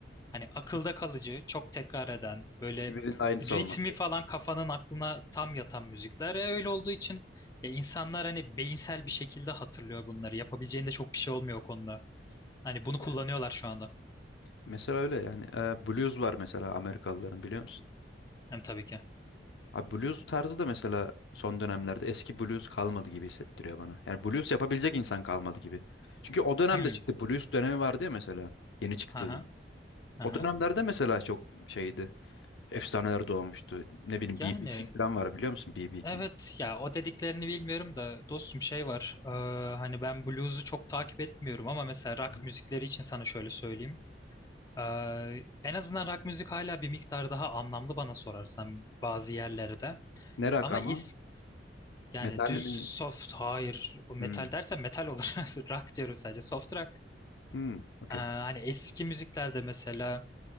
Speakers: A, on the left (about 20°); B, on the left (about 85°).
A: Hani akılda kalıcı, çok tekrar eden, böyle
B: Birbirinin aynısı
A: ritmi
B: olmadı.
A: falan kafanın aklına tam yatan müzikler. E, öyle olduğu için ya insanlar hani beyinsel bir şekilde hatırlıyor bunları. Yapabileceğinde çok bir şey olmuyor o konuda. Hani bunu
B: Yani.
A: kullanıyorlar şu anda.
B: Mesela öyle yani. Ee, blues var mesela Amerikalıların biliyor musun?
A: Hem tabii ki.
B: Abi blues tarzı da mesela son dönemlerde eski blues kalmadı gibi hissettiriyor bana. Yani blues yapabilecek insan kalmadı gibi. Çünkü o dönemde
A: Hmm.
B: çıktı. Blues dönemi vardı ya mesela. Yeni çıktı.
A: Aha. Aha.
B: O dönemlerde mesela çok şeydi. Efsaneler doğmuştu. Ne bileyim
A: Yani
B: B B King falan var biliyor musun? B B King.
A: evet ya o dediklerini bilmiyorum da dostum şey var. e, hani ben blues'u çok takip etmiyorum ama mesela rock
B: Hı hı.
A: müzikleri için sana şöyle söyleyeyim. Ee, en azından rock müzik hala bir miktar daha anlamlı bana sorarsan bazı yerlerde.
B: Ne rock
A: Ama
B: ama?
A: eski yani
B: Metal
A: düz
B: mi?
A: soft hayır o metal
B: Hmm.
A: dersen metal olur. <laughs> Rock diyoruz sadece soft rock.
B: Hmm. Okey.
A: Ee, hani eski müziklerde mesela